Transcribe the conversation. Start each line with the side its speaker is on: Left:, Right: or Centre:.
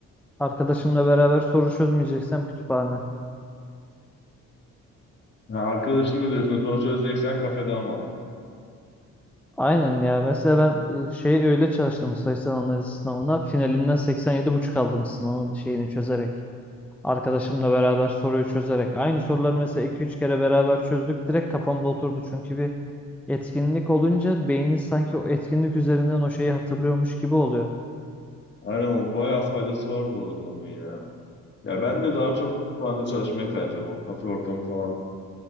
Centre: Arkadaşımla beraber soru çözmeyeceksem kütüphane.
Left: Ha, arkadaşın da diyorsun soru çözeceksen kafe daha mantıklı.
Centre: Aynen ya. Mesela ben e, şey öyle çalıştım sayısal analiz sınavına. Finalinden seksen yedi buçuk aldım sınavın şeyini çözerek. Arkadaşımla beraber soruyu çözerek. Aynı soruları mesela 2-3 kere beraber çözdük. Direkt kafamda oturdu. Çünkü bir etkinlik olunca beynin sanki o etkinlik üzerinden o şeyi hatırlıyormuş gibi oluyor.
Left: Aynen o bayağı faydası var bu arada onun ya. Ya ben de daha çok kütüphanede çalışmayı tercih ediyorum. O kafe ortamı falan.